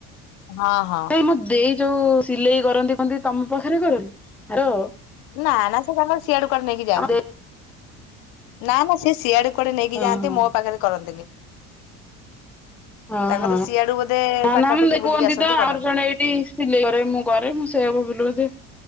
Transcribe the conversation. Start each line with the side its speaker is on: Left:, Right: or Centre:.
Left: ହଁ ହଁ
Centre: ଏ ମୋ ଦେଇ ଯୋଉ ସିଲେଇ କରନ୍ତି କନ୍ତି ତମ ପାଖରେ କରନ୍ତି ହାଲୋ।
Left: ନା ନା ସେ ତାଙ୍କର ସିଆଡୁ କୁଆଡେ ନେଇକି ଯାଆନ୍ତି।
Centre: ଆମ ଦେଇ
Left: ନା ନା ସେ ସିଆଡୁ କୁଆଡେ ନେଇକି
Centre: ଓହୋ
Left: ଯାଆନ୍ତି ମୋ ପାଖରେ କରନ୍ତିନି।
Centre: <inaudible> ହଁ
Left: ତାଙ୍କର
Centre: ହଁ
Left: ସିଆଡୁ ବୋଧେ ପାଖାପାଖି
Centre: ନା ନା
Left: ବୁଲିକି
Centre: କୁହନ୍ତି
Left: ଆସନ୍ତି
Centre: ତ
Left: କରନ୍ତି।
Centre: ଆମର ଜଣେ ଏଇଠି ସିଲେଇ କରେ ମୁଁ କରେ ମୁଁ ସେୟାକୁ <unintelligible> ହେଇଯାଏ।